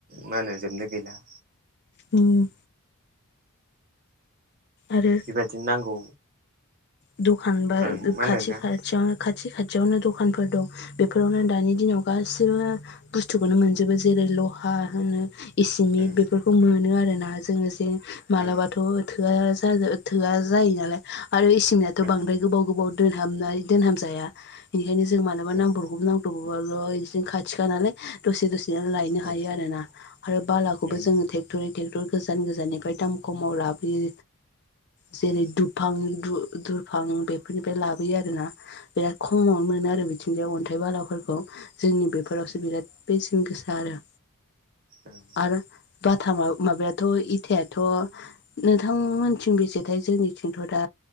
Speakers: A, on the right; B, on the left.
A: मा होनो जोबनो गैला
B: उम आरो
A: बेबायदिनो नांगौ
B: दखान बा
A: ओं मा होनदों
B: खाथि
A: नोंथां
B: खा थियावनो खाथि खाथियावनो दखानफोर दं बेफोरावनो दानि दिनाव गासिबो बुस्थुखौनो मोनजोबो जेरै लहा होनो इसिमिट
A: उम
B: बेफोरखौ मोनो आरोना जोङो जे मालाबाथ
A: उम
B: थोआ जा थोआ जायो नालाय आरो इसिमिदाथ
A: उम
B: बांद्राय गोबाव गोबाव दोनहाबनाय दोनहाबजाया बेनिखायनो जों मालाबा
A: उम
B: नांब्रबगौ <unintelligible> नांब्रगौबाल बिदिनो खाथिखा नालाय दसे दसे लायनो
A: उम
B: हायो आरो ना आरो बालाखौबो
A: उम
B: जोङो ट्रेक्टरै ट्रेक्टर गोजान गोजाननिफ्राय दाम खमाव लाबोयो जेरै
A: उम
B: दुफां दुफां बेफोरनिफ्राय लाबोयो आरोना बिराद खमावनो मोनो आरो बिथिंजाय अन्थाइ बालाफोरखौ जोंनि बेफोरावसो
A: उम
B: बिराद बेसेन गोसा आरो
A: उम
B: आरो बाथामा माबायाथ इथायाथ नोंथांमोनथिं बेसेथाय जोंनिथिंथ दा